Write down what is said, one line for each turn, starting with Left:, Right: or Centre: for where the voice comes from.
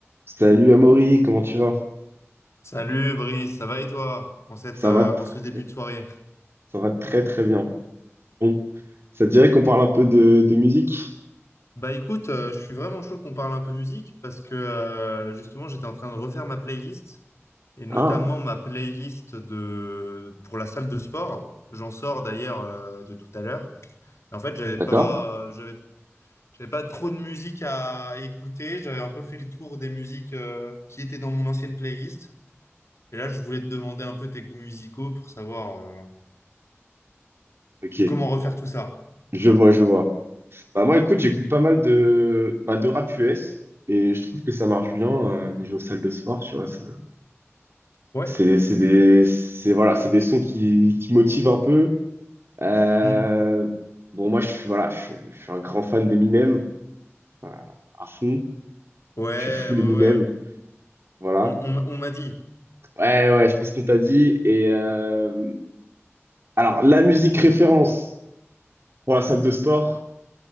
Right: Salut Amaury, comment tu vas?
Left: Salut Brice, ça va et toi en cette,
Right: Ça
Left: euh,
Right: va, tr-
Left: en ce début de soirée?
Right: ça va très très bien. Bon, ça te dirait qu'on parle un peu de, de musique?
Left: Bah écoute, euh, je suis vraiment chaud qu'on parle un peu musique parce que euh, justement j'étais en train de refaire ma playlist et notamment
Right: Ah,
Left: ma playlist de pour la salle de sport. J'en sors d'ailleurs euh, de tout à l'heure. Et En fait, j'avais pas
Right: d'accord.
Left: euh, j'avais j'avais pas trop de musique à écouter. J'avais un peu fait le tour des musiques euh, qui étaient dans mon ancienne playlist. Et là, je voulais te demander un peu tes goûts musicaux pour savoir euh,
Right: Ok,
Left: comment refaire tout ça.
Right: je vois, je vois. Bah moi écoute, j'écoute pas mal de, bah, de rap US et je trouve que ça marche bien euh, niveau salle de sport, tu vois. ça-
Left: Ouais.
Right: C'est c'est des, c'est voilà, c'est des sons qui, qui motivent un peu. Euh,
Left: Hmm.
Right: bon moi je suis voilà, je, suis je suis un grand fan d'Eminem, voilà, à fond.
Left: Ouais,
Right: Je suis full
Left: ouais,
Right: Eminem,
Left: ouais.
Right: voilà.
Left: On, on- m'a on m'a dit.
Right: Ouais, ouais, je pense qu'on t'a dit. Et, euh, Alors, la musique référence pour la salle de sport,